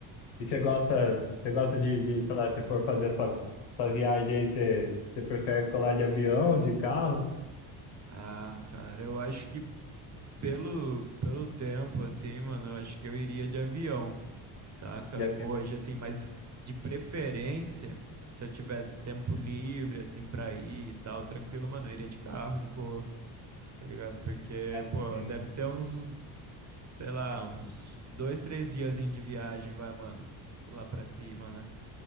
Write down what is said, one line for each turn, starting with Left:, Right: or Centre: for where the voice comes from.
Left: E você gosta, você gosta de, de, sei lá, se for fazer essa, essa viagem aí, você, você prefere colar de avião, de carro?
Right: Ah, cara, eu acho que pelo, pelo tempo, assim, mano, eu acho que eu iria de avião. saca?
Left: De avião,
Right: Hoje, assim, mas de preferência, se eu tivesse tempo livre, assim, pra ir e tal, tranquilo, mano, eu iria de carro, de boa, tá ligado? Porque,
Left: é,
Right: pô,
Left: sim.
Right: deve ser uns, sei lá, uns dois, três diazinho de viagem, vai, mano, lá pra cima, né?